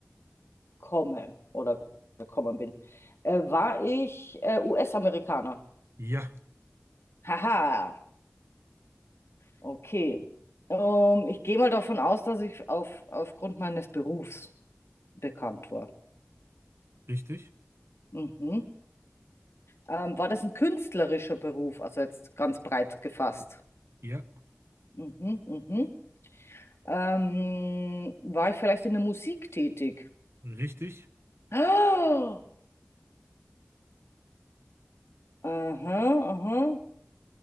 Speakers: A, on the left; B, on the right.
A: komme oder gekommen bin. Äh, war ich äh, US-Amerikaner?
B: Ja,
A: Haha, okay. Ähm, ich gehe mal davon aus, dass ich auf, aufgrund meines Berufs bekannt war.
B: richtig,
A: Mhm. Ähm, war das ein künstlerischer Beruf, also jetzt ganz breit gefasst?
B: ja,
A: Mhm, mhm. Ähm, war ich vielleicht in der Musik tätig?
B: richtig,
A: <gasps> Ah, aha, aha.